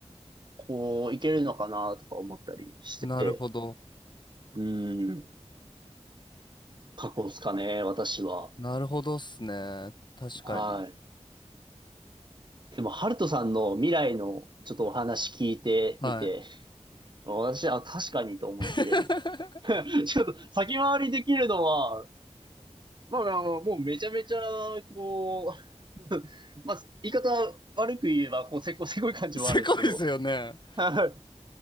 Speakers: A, on the right; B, on the left.
A: こう、いけるのかなとか思ったりして、
B: なるほど。
A: うん、過去ですかね、私は。
B: なるほどっすね。確かに。
A: はい。でも、ハルトさんの未来のちょっとお話聞いてみて、
B: は
A: 私はあ確かにと思って、
B: い。<laughs>
A: <laughs> ちょっと先回りできるのは、まあまあ、もうめちゃめちゃ、こう、まあ、言い方悪く言えば、こう、せこせこい感じもあるんですけど。
B: すごいっすよね。
A: はい